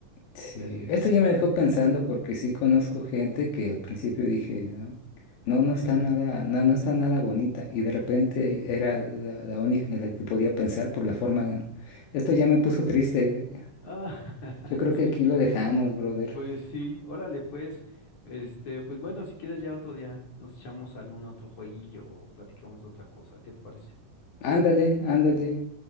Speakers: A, on the left; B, on the left.
A: Sí,
B: Pero pues
A: esto
B: sí.
A: ya me dejó pensando porque sí conozco gente que al principio dije, no, no, no
B: <laughs>
A: está nada, no, no está nada bonita y de repente era la, la única en la que podía pensar por la forma. en- Esto ya me puso triste.
B: Ah,
A: Yo creo
B: <laughs> sí,
A: que aquí lo dejamos, brother.
B: pues sí, órale, pues. Este, pues bueno, si quieres ya otro día nos echamos algún otro jueguillo o platicamos de otra cosa. ¿Qué te parece?
A: Ándale, ándale,